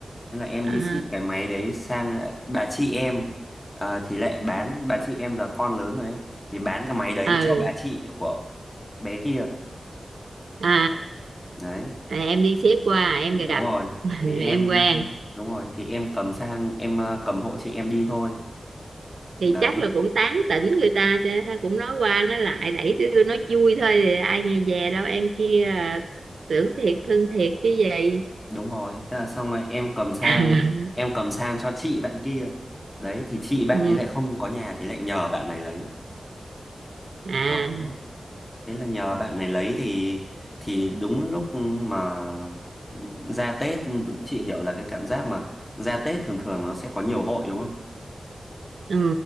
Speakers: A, on the left; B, on the right.
A: Thế là em
B: à
A: đi ship cái máy đấy sang ờ, bà chị em Ờ, thì lại bán bà chị em giờ con lớn rồi ấy thì bán cái máy đấy
B: ừ
A: cho bà chị của bé kia
B: à
A: đấy
B: à, em đi xếp qua em
A: đúng
B: gặp
A: rồi
B: <laughs>
A: thì em
B: em quen
A: đúng rồi thì em cầm sang em ờ, cầm hộ chị em đi thôi đấy
B: thì chắc là cũng tán tỉnh người ta chứ thôi cũng nói qua nói lại đẩy đưa nói vui thôi thì ai nghe về đâu em kia à, tưởng thiệt thương thiệt chứ gì
A: đúng rồi thế là xong rồi em cầm sang
B: <laughs>
A: em cầm sang cho chị bạn kia đấy thì chị bạn
B: ừ.
A: ấy lại không có nhà thì lại nhờ bạn này lấy
B: à
A: đó thế là nhờ bạn này lấy thì thì đúng lúc mà ra Tết chị hiểu là cái cảm giác mà ra Tết thường thường nó sẽ có nhiều hội đúng không
B: ừ.